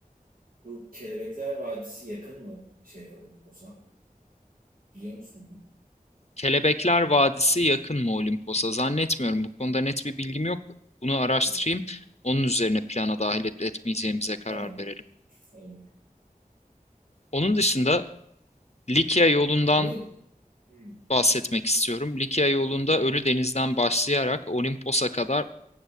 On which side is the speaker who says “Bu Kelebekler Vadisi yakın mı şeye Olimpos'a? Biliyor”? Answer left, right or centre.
Right